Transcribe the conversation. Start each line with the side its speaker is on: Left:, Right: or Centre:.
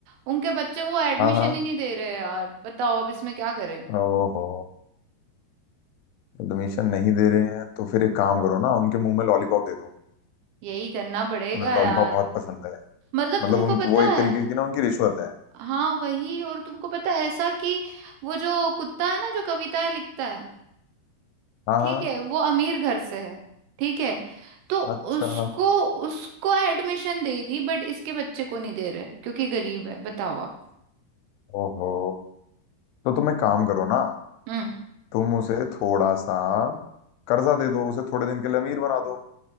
Right: उनके बच्चे को एडमिशन
Left: हाँ हाँ
Right: ही नहीं दे रहे यार बताओ अब इसमें क्या करें
Left: ओहो एडमिशन नहीं दे रहे हैं तो फिर एक काम करो ना उनके मुंह में लॉलीपॉप दे दो
Right: यही करना पड़ेगा
Left: उन्हें लॉलीपॉप
Right: यार
Left: बहुत पसंद है
Right: मतलब
Left: मतलब
Right: तुमको
Left: उनको
Right: पता
Left: वो एक
Right: है
Left: तरीके की ना उनकी रिश्वत है
Right: हाँ वही और तुमको पता है ऐसा कि वो जो कुत्ता है ना जो कविताएं लिखता है
Left: हाँ
Right: ठीक
Left: हाँ
Right: है वो अमीर घर से है ठीक है तो
Left: अच्छा
Right: उसको उसको एडमिशन दे दी बट इसके बच्चे को नहीं दे रहे क्योंकि गरीब है बताओ आप
Left: ओहो तो तुम एक काम करो ना
Right: हम्म
Left: तुम उसे थोड़ा सा कर्जा दे दो उसे थोड़े दिन के लिए अमीर बना दो